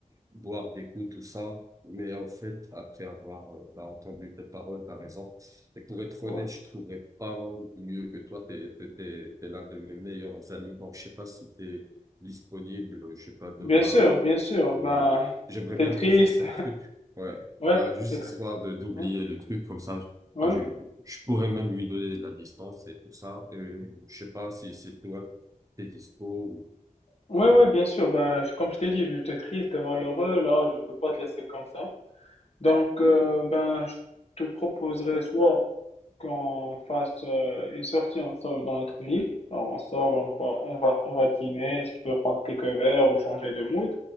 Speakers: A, on the right; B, on the left.
A: boire des coups, tout ça. Mais en fait, après avoir euh, bah, entendu tes paroles, t'as raison. Et pour être
B: ouais.
A: honnête, je trouverais pas mieux que toi. T'es, t'es, t'es, t'es l'un de mes meilleurs amis. Donc, je sais pas si t'es disponible, je sais pas,
B: Bien
A: demain,
B: sûr, bien sûr.
A: ou
B: Ben,
A: euh, j'aimerais
B: t'es
A: bien
B: triste.
A: qu'on fasse un truc. Ouais,
B: Ouais,
A: bah, juste
B: t'es triste.
A: histoire de d'oublier
B: Ouais.
A: le truc, comme ça, je,
B: ouais.
A: bah, je, je pourrais même lui donner de la distance et tout ça. Et je sais pas si c'est toi, t'es dispo ou...
B: Oui, oui, bien sûr. Ben, je- comme je t'ai dit, vu que tu es triste, malheureux, là, je peux pas te laisser comme ça. Donc, euh, ben, je te proposerais soit qu'on fasse euh, une sortie ensemble dans notre ville. Genre, on sort, on, part- on va, on va dîner, si tu peux prendre quelques verres ou changer de mood.